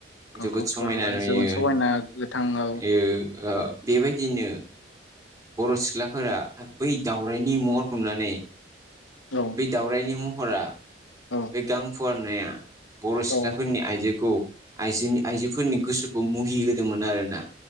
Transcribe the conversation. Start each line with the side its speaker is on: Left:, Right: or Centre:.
Left: गांखौ
Right: जोबोद समायना
Left: फुवारबा
Right: नुयोयो
Left: जोबोद समायना गोथां औ
Right: बेबायदिनो बर' सिख्लाफोरा बै दाावरायनि महर हमनानै
Left: औ
Right: बे दावरायनि महरा
Left: औ
Right: बे गां फुवारनाया बर' सिख्लाफोरनि
Left: औ
Right: आइजोखौ आइजोनि आइजोफोरनि गोसोखौ मुहि होदोंमोन आरोना